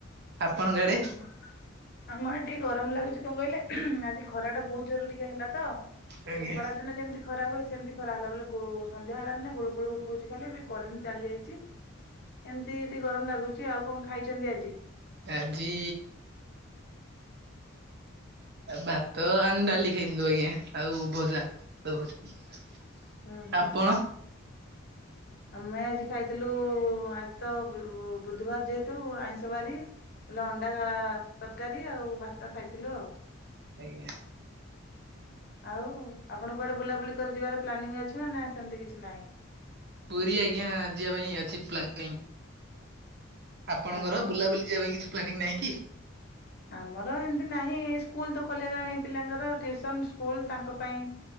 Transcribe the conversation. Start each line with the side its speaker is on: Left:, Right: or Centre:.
Right: ଆପଣଙ୍କ ଆଡେ
Left: ଉଁ ହୁଁ। ଆମ ଆଡ଼େ ଟିକେ ଗରମ ଲାଗୁଛି କଣ କହିଲେ ଆଜି ଖରା ଟା ବହୁତ ଜୋରେ ଟିକେ ହେଲା ତ।
Right: ଆଜ୍ଞା
Left: ହେ ଖରା ଦିନ ଯେମିତି ଖରା ହୁଏ ସେମିତି ଖରା ହେଲା ବୋ ସନ୍ଧ୍ୟା ହେଲାଣି ଗୋଳୁ ଗୋଳୁ ଉଠଉଛି ଖାଲି କରେଣ୍ଟ ଚାଲି ଯାଇଛି। ଏମିତି ଟିକେ ଗରମ ଲାଗୁଛି ଆଉ କଣ ଖାଇଛନ୍ତି ଆଜି?
Right: ଆଜି ଭାତ ଆଣି ଡାଲି ଖାଇଥିଲୁ ଆଜ୍ଞା ଆଉ ଭଜା। <unintelligible>
Left: ହୁଁ ହୁଁ
Right: ଆପଣ
Left: ଆମେ ଆଜି ଖାଇଥିଲୁ ତ ବୁଧୁବାର ଯେହେତୁ ଆଇଁଷ ବାରି ବଲେ ଅଣ୍ଡା ତରକାରୀ ଆଉ ଭାତ ଖାଇଥିଲୁ ଆଉ।
Right: ଆଜ୍ଞା।
Left: ଆଉ ଆପଣ କୁଆଡେ ବୁଲାବୁଲି କରି ଯିବାର ପ୍ଲାନିଂ ଅଛି ନା ନା ସେମିତି କିଛି ନାହିଁ?
Right: ପୁରୀ ଆଜ୍ଞା ଯିବା ପାଇଁ ଅଛି ପ୍ଲାନିଂ। ଆପଣଙ୍କର
Left: ଓହୋ
Right: ବୁଲାବୁଲି ଯିବା ପାଇଁ କିଛି ପ୍ଲାନିଂ ନାହିଁ କି?
Left: ଆମର ଏମିତି ନାହିଁ ସ୍କୁଲ ତ ଖୋଲିଗଲାଣି ପିଲାଙ୍କର ଟିଉସନ୍ ସ୍କୁଲ ତାଙ୍କ ପାଇଁ